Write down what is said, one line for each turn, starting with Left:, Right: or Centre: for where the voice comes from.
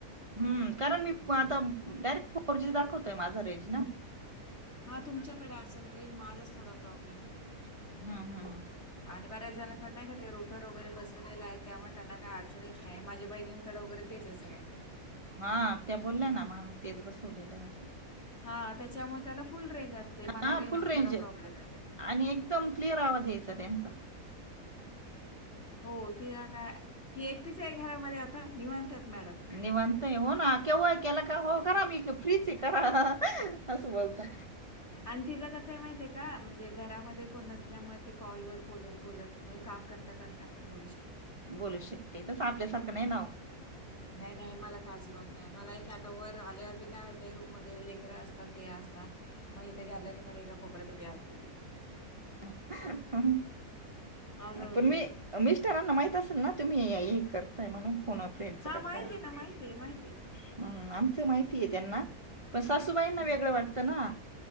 Right: हम्म कारण मी
Left: हं.
Right: आता, डायरेक्ट फोर जी दाखवतोय माझा रेंज ना.
Left: हा
Right: असं
Left: तुमच्याकडे असेल रेंज, माझाच थोडा प्रॉब्लेम येते.
Right: हम्म हम्म हम्म
Left: आणि बऱ्याच जणांकडे नाही का ते रोटर वगैरे बसवलेले आहे, त्यामुळे त्यांना काही अडचण येत नाही, माझ्या बहिणींकडे वगैरे तेच आहे सगळ्यांकडे.
Right: हा त्या बोलल्या ना, म तेच बसवलेलंय अस.
Left: हा त्याच्यामुळे त्याला फुल रेंज असते, मला
Right: हा
Left: रेंजचा
Right: फुल रेंज
Left: थोडा प्रॉब्लेम येतोय.
Right: आणि एकदम क्लिअर आवाज यायचा त्यांचा.
Left: हो, तिला काय ती एकटीच आहे घरामध्ये आता निवांत आहेत मॅडम.
Right: निवांतय हो ना. केव्हा केला का हो करा, मी फ्रीच करा, अस बोलता.
Left: आणि तिच कसंय माहिते का? म्हणजे घरामध्ये कोण नसल्यामुळे कॉलवर बोलत बोलत म्हणजे का म करता, करता पण बोल
Right: बोलू शकते, तस आपल्यासारखं नाही नाव.
Left: नाही नाही मला त अजीबात नाही, मला एक आता वर आल्यावर बी, काय होते रूम मध्ये लेकर असतात, ते असतात. मग इथ गॅलरी मध्ये एका कोपऱ्यात उभी असते मी.
Right: हम्म,
Left: असं होतंय.
Right: पण मी मी मिस्टरांना माहीत असेल ना, तुम्ही हे करताय म्हणून. फोन अ फ्रेंडच
Left: हा
Right: करताय
Left: माहितीय
Right: असं.
Left: ना, माहिते माहिते.
Right: हम्म आमचं माहितीय त्यांना, पण सासूबाईंना
Left: हम्म.
Right: वेगळं वाटतं ना.